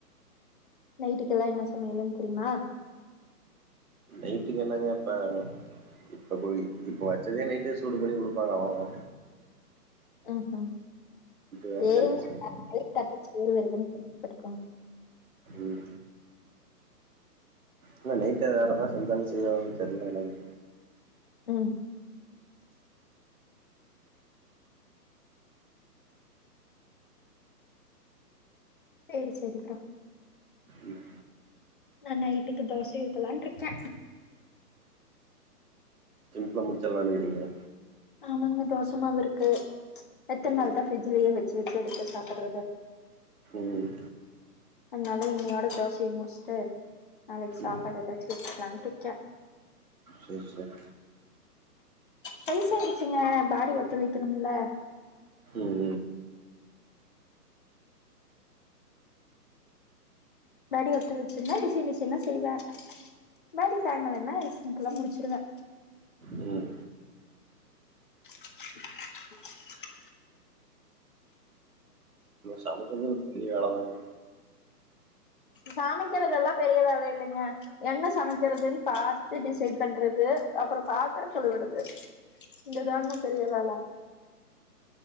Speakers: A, on the left (about 30°); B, on the right (about 60°).
A: நைட்டுக்கெல்லா என்ன சமையலுன் தெரியுமா
B: நைட்டுக்கு என்னங்க இப்ப இப்ப போய் இப்ப வச்சதே நைட்டு சூடு பண்ணி குடுப்பாங்க அவளதா
A: உம் ஹிம்
B: வேற
A: சேரிங்க
B: தனியா செஞ்
A: <inaudible> பேரு வருதுன்னு சந்தோஷப்பட்டுக்கோங்க
B: ம் ஆன நைட்டே வேறதான் செஞ்சாலும் செயிவாங்க தெரில எனக்கு
A: உம் சேரி சேரி ப்ரோ
B: ம்
A: நா நைட்டுக்கு தோசை ஊத்தலான்ட்ருக்கே
B: புலா முடிச்சல்லானுறீங்க
A: ஆமாங்க தோசமாவிருக்கு எத்தன் நாள்
B: ம்
A: தான் பிரிட்ஜ்லயே வச்சு வச்சு எடுத்து சாப்புட்றது
B: ம்
A: அன்னால இன்னையோட தோசைய முடிச்ட்டு நாளைக்கு சாப்பாடு
B: ம்
A: ஏதாச்சு வச்சுக்கலான்ட்ருக்கே
B: சரி சரி
A: சைய்சாயிடிச்சுங்க பாடி ஒத்தழுக்கணும்ல
B: ம்
A: பாடி ஒத்துழச்சிருந்தா டிசைன் டிசைன்னா செய்வே பாடி தாங்கலன்னா சிம்ப்ளா முடிச்சிருவே
B: ம் ம்
A: இன்ஆடிபிள்
B: சமைக்கதே ஒரு பெரிய வேலை தாங்க
A: சமைக்கறதெல்லாம் பெரிய வேலை இல்லங்க என்ன சமைக்கறதுன்னு பாத்து டிசைட் பண்றது அப்புறொ பாத்திரக் கழுவுறது இதுதாங்க பெரிய வேல